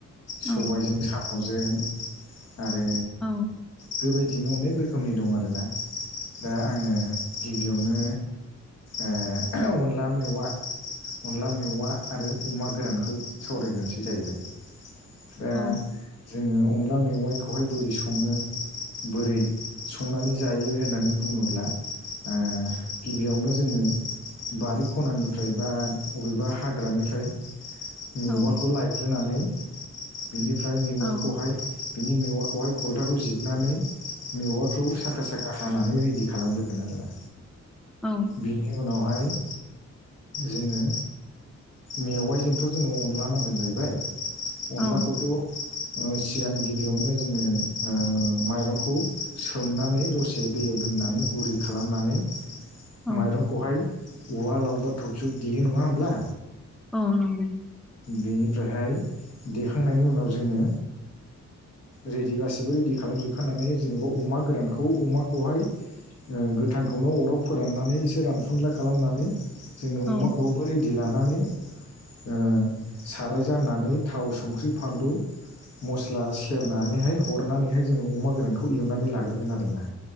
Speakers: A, on the left; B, in the centre.
A: सबायजों
B: औ
A: साम'जों आरो
B: औ
A: बेबायदिनो अनेक रोखोमनि दं आरोना दा आङो गिबियावनो ओ ओहो अनला मेवा अनला मेवा आरो अमा गोरानखौ सावरायग्रोनोसै जाहैबाय। दा
B: औ
A: जोङो अनला मेवाइखौहाय बोरै सङो। बोरै संनानै जायो होननानै बुङोब्ला? ओ गिबियावनो जोङो बारि खनानिफ्राय बा अ'बेबा हाग्रानिफ्राय मेवाखौ
B: औ
A: लायग्रोनानै बिनिफ्राय मेवाखौहाय
B: औ
A: बिनि मेवाखौहाय खलथाखौ जिदनानै मेवाखौ साखा साखा हानानै रेडि खालामो। आरोना
B: औ
A: बिनि उनावहाय जोङो मेवाइजोंथ' जोङो अनला नांगोन हैबाय अनलाखौथ'
B: औ
A: ओ चिगां गिबियावनो जोङो ओ माइरंखौ सोमनानै दसे दैयाव दोननानै गुरै खालामनानै
B: औ
A: माइरंखौहाय उवाल आवबा थबसियाव देयो नङा होमब्ला
B: औ नंगौ।
A: बेनिफ्रायहाय देखांनायनि उनाव जोङो रेडि गासिबो रेडि खालाम जोबखानानै जेनेबा अमा गोरानखौ अमाखौहाय ओ गोथांखौनो अराव फोराननानै एसे रानफुनला खालामनानै जोङो
B: औ
A: अमाखौबो रेडि लानानै ओ साराय जाननानै थाव संख्रि फानलु मस्ला सेरनानैहाय हरनानैहाय जोङो अमा गोरानखौ एवनानै लाग्रोगोन आरोना।